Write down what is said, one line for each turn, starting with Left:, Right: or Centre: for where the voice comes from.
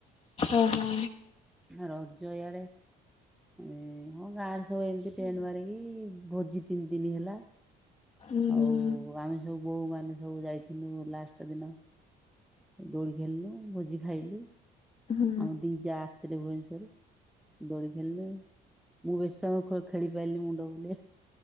Left: ଅ ହ।
Centre: ରଜ ୟାଡେ। ଏ ହଁ ଗାଁରେ ସବୁ ଏମତି ଟେଣ୍ଡ ମାରିକି ଭୋଜି ତିନି ଦନି ହେଲା।
Left: ଉଁ
Centre: ଆଉ
Left: ହୁଁ।
Centre: ଆମେ ସବୁ ବୋହୁ ମାନେ ସବୁ ଯାଇଥିନୁ ଲାଷ୍ଟ ଦିନ। ଦୋଲି ଖେଲିଲୁ ଭୋଜି ଖାଇଲୁ
Left: ହୁଁ।
Centre: ଆମ ଦି ଯା ଆସିଥିଲେ ଭୁଏନେଶୋର ରୁ। ଦୋଳି ଖେଳିଲେ ମୁଁ ବେଶୀ ସମୟେ ଖୋ ଖେଳି ପାଇଲିନି ମୁଣ୍ଡ ବୁଲେଇଲା।